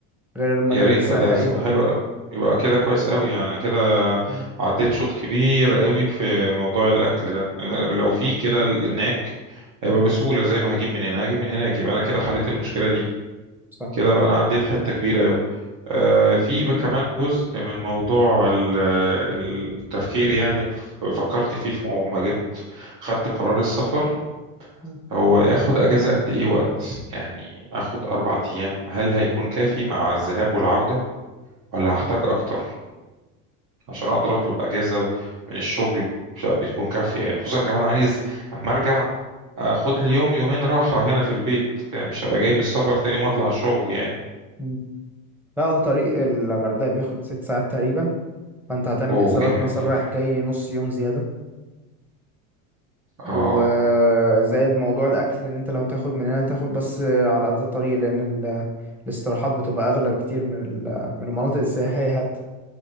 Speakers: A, in the centre; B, on the right.
A: غير المناطق
B: يا ريت
A: السياحيه
B: اه ده هتبقى حلو قوي يبقى كده كويس قوي يعني كده
A: مم.
B: عديت شوط كبير قوي في موضوع الاكل ده لو في كده هناك هيبقى بسهوله زي ما هجيب من هنا هجيب من هناك يبقى انا كده حليت المشكله دي
A: صح
B: كده بقى انا عديت حته كبيره قوي آه في بقى كمان جزء من موضوع ال- التفكير يعني ف- فكرت فيه في ما جيت خدت قرار السفر
A: مم.
B: هو اخد اجازه قد ايه وقت يعني اخد اربع ايام هل هيكون كافي مع الذهاب والعوده ولا هحتاج اكتر عشان اقدر اطلب اجازه من الشغل بش- بتكون كافيه يعني خصوصا كمان عايز اما ارجع اخد لي يوم يومين راحه هنا في البيت يعني مش هبقى جاي من السفر تاني يوم اطلع الشغل يعني
A: مم. لا هو طريق الغردقه بياخد ست ساعات تقريبا فانت هتعمل
B: اوه
A: حسابك
B: جامد
A: مثلا
B: جدا
A: رايح جاي نص يوم زياده وزائد
B: اه
A: موضوع الاكل ان انت لو تاخد من هنا تاخد بس على قد الطريق لان ال... الاستراحات بتبقى اغلى بكتير من ال... من المناطق السياحية حتى